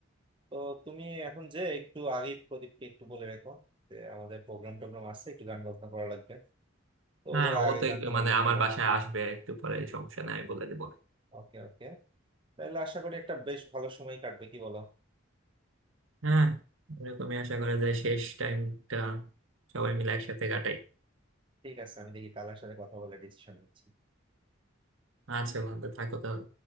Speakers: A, on the right; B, on the right.
A: তো তুমি এখন যে একটু আগে প্রদীপকে একটু বলে রেখো যে আমাদের প্রোগ্রাম টোগ্রাম আছে একটু গান বাজনা করা লাগবে তো
B: হ্যাঁ
A: ও ধরো
B: ও
A: আগে
B: তো
A: জানতে
B: একটু-
A: পারলে
B: মানে আমার
A: ভালো হলো
B: বাসায় আসবে একটু পরে এই সমস্যা নাই আমি বলে দিব না
A: ওকে ওকে তাহলে আশা করি একটা বেশ ভালো সময় কাটবে কি বলো
B: হ্যাঁ এরকমই আশা করা যায় শেষ টাইমটা সবাই মিলে একসাথে কাটাই
A: ঠিক আছে আমি দেখি কালার সাথে কথা বলে ডিসিশন নিচ্ছি
B: আচ্ছা বন্ধু থাকো তাহলে